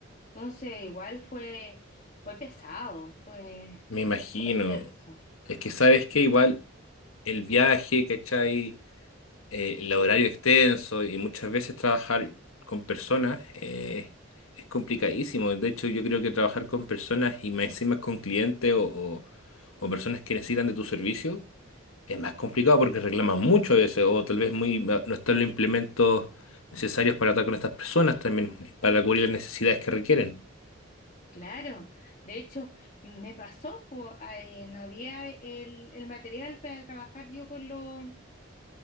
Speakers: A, on the left; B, on the left.
A: Entonces, igual fue, fue pesado, fue,
B: Me imagino.
A: fue extenso.
B: Es que sabes que igual el viaje, ¿cachai? eh, el horario extenso y muchas veces trabajar con personas eh, es complicadísimo. De hecho, yo creo que trabajar con personas y más encima con clientes o, o- o personas que necesitan de tu servicio es más complicado porque reclaman mucho a veces o tal vez muy, ah, no están los implementos necesarios para tratar con estas personas también, para cubrir las necesidades que requieren.
A: Claro, de hecho me pasó, po, a- eh, no había el, el material para trabajar yo con, los